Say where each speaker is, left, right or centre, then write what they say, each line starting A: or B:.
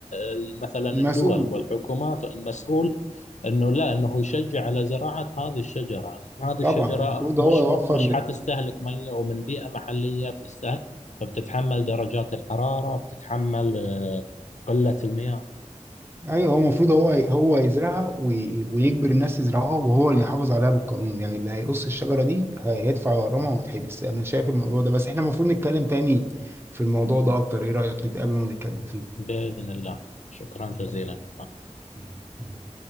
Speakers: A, on the left; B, on the right.
A: ال- مثلا الدول
B: المسؤول
A: والحكومات المسؤول انه لا انه يشجع على زراعه هذه الشجره هذه الشجره
B: طبعا المفروض
A: مش
B: هو يوفر
A: مش
B: ل...
A: حتستهلك ميه ومن بيئه محليه بتستهلك فبتتحمل درجات الحراره بتتحمل آه، قله المياه
B: ايوه هو المفروض هو هو يزرعها وي... ويجبر الناس تزرعها وهو اللي يحافظ عليها بالقانون يعني اللي هيقص الشجره دي هي- هيدفع غرامه ويتحبس انا شايف الموضوع ده بس احنا المفروض نتكلم تاني في الموضوع ده اكتر ايه رايك نتقابل ونتكلم
A: باذن الله شكرا جزيلا
B: فيه